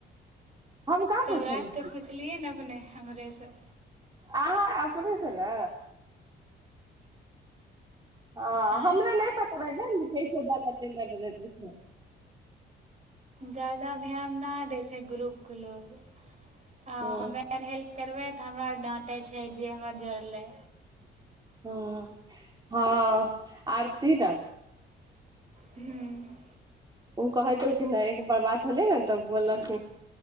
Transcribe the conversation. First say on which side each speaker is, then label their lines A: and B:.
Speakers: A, on the right (about 20°); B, on the right (about 35°).
A: हम कहाँ
B: तब
A: पूछने
B: रात के पुछलियै न अपने हमरे सँ
A: आह अपने सँ नऽ ह
B: आँय
A: हमरा नहि पता रहै नइ बझे छिये कैसे डलेतै न डलेतै <unintelligible>
B: जादा ध्यान न दै छै ग्रुप के लोग आ
A: ह
B: हमे अर हेल्प करबै तऽ हमरा आर डाँटै छै जे हमरा जड़लै
A: हू हँ आरती टाऽ
B: हूँ
A: कहैतखिन एक ब बात होलै ने तऽ बोललखिन